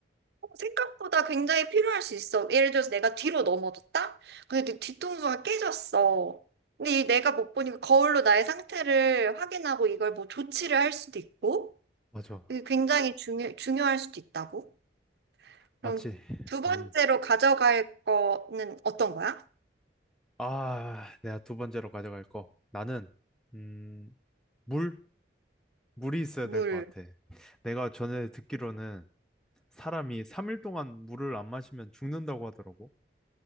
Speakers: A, on the right (about 65°); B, in the centre.
A: 어, 생각보다 굉장히 필요할 수 있어. 예를 들어서 내가 뒤로 넘어졌다? 근데 내 뒤통수가 깨졌어. 근데 이 내가 못 보니까 거울로 나의 상태를 확인하고 이걸 뭐 조치를 할 수도 있고,
B: 맞아.
A: 이게 굉장히 중요, 중요할 수도 있다고.
B: 맞지.
A: 그럼 두 번째로
B: 음.
A: 가져갈 거는 어떤 거야?
B: 아, 내가 두 번째로 가져갈 거. 나는, 음, 물? 물이 있어야
A: 물
B: 될 것 같아. 내가 전에 듣기로는 사람이 3일 동안 물을 안 마시면 죽는다고 하더라고.